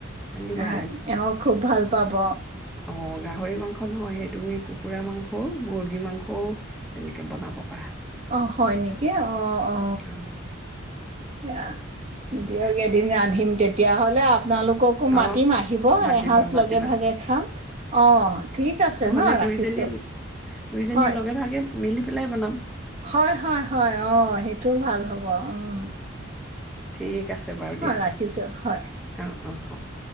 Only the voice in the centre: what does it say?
ৰান্ধিবা
অঁ গাহৰি মাংস নহয়, সেই তুমি কুকুৰা মাংসও, মুৰ্গী মাংসও তেনেকে বনাব পাৰা।
অ',
সেয়া
অ',
মাতিবা
মাতিবা
নহ'লে
দুইজনী
দুইজনী
লগে ভাগে মিলি পেলাই বনাম।
ঠিক আছে বাৰু দিয়া। অ!
অ! অ! হ'ব।